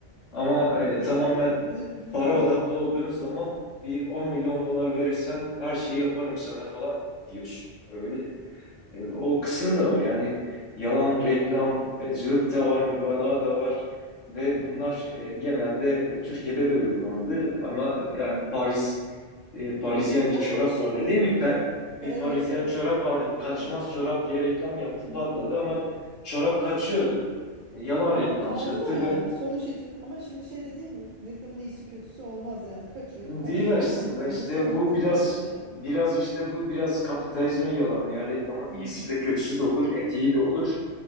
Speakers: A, on the left (about 80°); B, on the right (about 60°).
A: Ama e,
B: Ya
A: tamamen
B: da ürün
A: para odaklı
B: <laughs>
A: olduğun zaman bir 10 milyon dolar verirsen her şeyi yaparım sana falan diyorsun. Öyle e, o kısım da var. Yani yalan, reklamcılık da var, mübalağa da var. Ve bunlar e, genelde e, Türkiye'de de uygulandı. Ama yani Paris, e, Parisyen
B: Ben
A: bir çorap
B: bir de şeydi.
A: vardı değil mi? Pe- bir
B: Evet
A: Parisyen
B: evet.
A: çorap vardı. Kaçmaz
B: Evet.
A: çorap diye reklam yaptı,
B: Mhm.
A: patladı ama çorap kaçıyordu. E, yalan
B: Ama
A: reklamcılıktı
B: kaldı da yani
A: ve
B: sonuç iti. Ama şimdi şey de değil mi? Reklamın iyisi kötüsü olmaz yani. Kaçıyordu,
A: değil
B: kaçmıyordu.
A: aslında
B: Tanıttın
A: işte
B: mı? Tanıttın
A: bu biraz
B: ürünü yani.
A: biraz işte bu biraz kapitalizmin yalanı. Yani reklamın
B: Hmm.
A: iyisi de kötüsü de olur, etiği de olur.